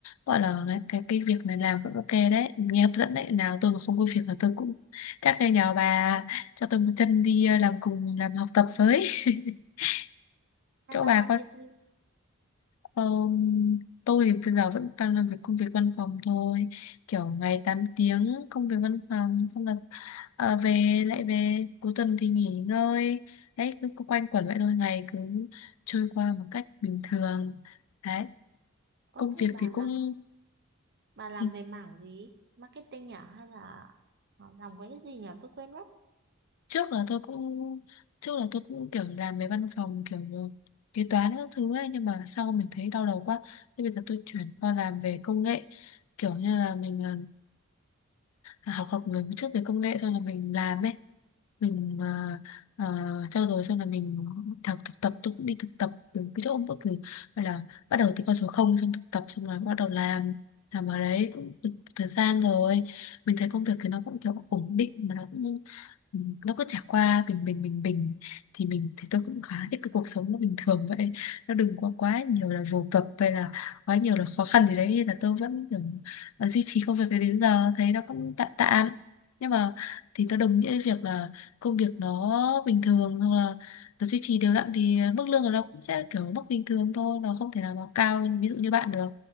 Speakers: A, on the left; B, on the right.
A: gọi là cái cái, cái việc này làm cũng ok đấy nghe hấp dẫn đấy nào tôi mà không có việc là tôi cũng chắc là nhờ bà cho tôi một chân đi ờ, làm cùng làm học tập với <laughs>
B: hay
A: chỗ
B: bà
A: bà
B: làm
A: có
B: việc gì
A: Ờ, tôi thì bây giờ vẫn đang làm việc công việc văn phòng thôi kiểu ngày 8 tiếng công việc văn phòng xong là ờ, về lại về cuối tuần thì nghỉ ngơi đấy cứ, cứ quanh quẩn vậy thôi ngày cứ trôi qua một cách bình thường đấy
B: ơ
A: công
B: thế
A: việc
B: bà
A: thì
B: làm
A: cũng
B: bà làm
A: ừ,
B: về mảng gì marketing à hay là ờ, làm cái gì nhỉ tôi quên mất
A: trước là tôi cũng trước là tôi cũng kiểu làm về văn phòng kiểu ờ, kế toán các thứ ấy nhưng mà sau mình thấy đau đầu quá thế bây giờ tôi chuyển qua làm về công nghệ kiểu như là mình ờ, học học về một chút về công nghệ xong là mình làm ấy mình ờ, ờ, trau dồi xong là mình học thực tập tôi cũng đi thực tập từ cái chỗ bất cứ gọi là bắt đầu từ con số không xong thực tập xong rồi bắt đầu làm làm ở đấy cũng được một thời gian rồi mình thấy công việc thì nó cũng kiểu ổn định mà nó cũng ừ, nó cứ trải qua bình bình bình bình thì mình thì tôi cũng khá thích cái cuộc sống nó bình thường vậy nó đừng quá quá nhiều là vồ vập hay là quá nhiều là khó khăn gì đấy Nên là tôi vẫn kiểu ờ, duy trì công việc đấy đến giờ thấy nó cũng tạm tạm nhưng mà thì nó đồng nghĩa với việc là công việc nó bình thường hoặc là nó duy trì đều đặn thì mức lương của nó cũng sẽ kiểu mức bình thường thôi nó không thể nào nó cao ví dụ như bạn được